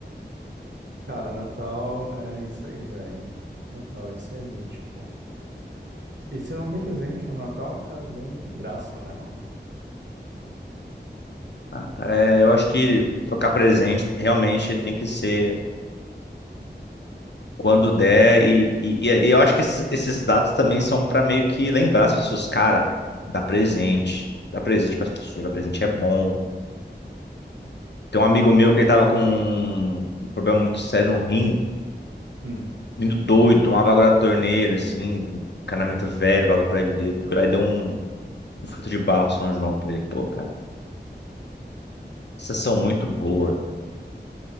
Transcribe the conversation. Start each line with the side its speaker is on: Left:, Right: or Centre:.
Right: Cara, Natal é isso aí, velho. Natal é isso aí, tipo. E se não tem presente no Natal, cara, também não tem graça, né, mano?
Left: Ah, cara, é, eu acho que trocar presente realmente tem que ser. Quando der, e, e, e eu acho que esses, esses dados também são para meio que lembrar as pessoas, cara, dá presente, dá presente para as pessoas, dá presente é bom. Tem um amigo meu que ele tava com um problema muito sério no rim,
Right: Hum.
Left: indo doido, tomava água da torneira, assim, um encanamento velho lá do prédio dele. Eu Fui lá e dei um, um fruto de barro São João pra ele. Pô, cara, vocês são muito boa.